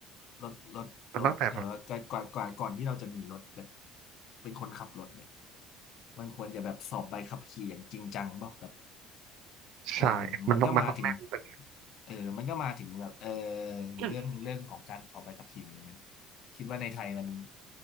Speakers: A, on the left; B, on the right.
A: รถรถรถเออก่อนก่อนก่อนก่อนที่เราจะมีรถแบบ
B: มันตั้งแต่แบบ
A: เป็นคนขับรถเนี่ยมันควรจะแบบสอบใบขับขี่อย่างจริงจังป่ะแบบเออมันก็มาถึง
B: ใช่ มันต้องมันต้องแน่นไป
A: เออมันก็มาถึงแบบเออ
B: อืม
A: เรื่องเรื่องของการสอบใบขับขี่มันมันคิดว่าในไทยมัน